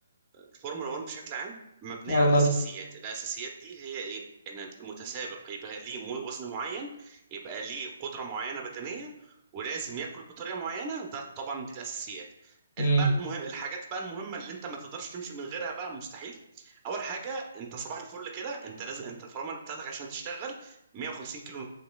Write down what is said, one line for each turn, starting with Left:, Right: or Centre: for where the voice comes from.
Right: الفورمولا 1 بشكل عام مبنيه
Left: اه
Right: على
Left: مالك
Right: اساسيات الاساسيات دي هي ايه ان المتسابق يبقى ليه مو- وزن معين يبقى ليه قدره معينه بدنيه ولازم ياكل بطريقه معينه ده طبعا دي الاساسيات
Left: امم
Right: ال- بقى المه... الحاجات بقى المهمه اللي انت ما تقدرش تمشي من غيرها بقى مستحيل اول حاجه انت صباح الفل كده انت لازم انت الفرامل بتاعتك عشان تشتغل 150 كيلو